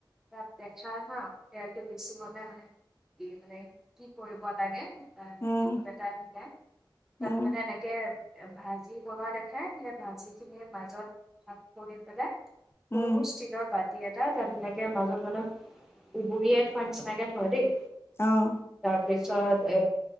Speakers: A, in the centre; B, on the left (about 30°).
A: তাত দেখা হা তেলটো বেচি হ'লে মানে কি মানে কি কৰিব লাগে।
B: উম,
A: কিবা এটা আহি পায় তাত
B: উম,
A: মানে এনেকে। ভাজি বনোৱা দেখা। খাইহি ভাজি খিনিৰ মাজত ভাগ কৰি পেলাই। সৰু
B: উম,
A: ষ্টীল বাত। এটা তাত এনেকে মাজত মানে উবুৰিয়াই থোৱা নিচিনাকে থয় দেই।
B: অ'।
A: তাৰ পিছত এ